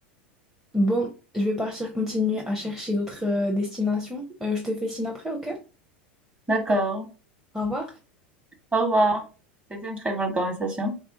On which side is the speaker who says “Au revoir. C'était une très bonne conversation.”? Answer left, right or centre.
Right